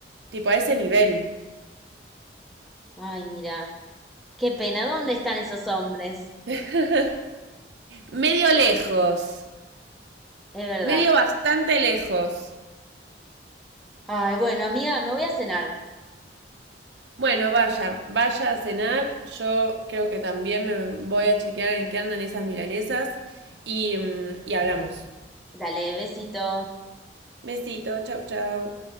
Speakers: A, on the right; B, in the centre.
A: Tipo, a ese nivel.
B: Ay, mira. Qué pena, ¿dónde están esos hombres?
A: <laughs> Medio lejos.
B: Es verdad.
A: Medio bastante lejos.
B: Ay, bueno, amiga, me voy a cenar.
A: Bueno, vaya, vaya a cenar. Yo creo que también me voy a chequear en qué andan esas milanesas y, mm, y hablamos.
B: Dale, besito.
A: Besito, chao, chao.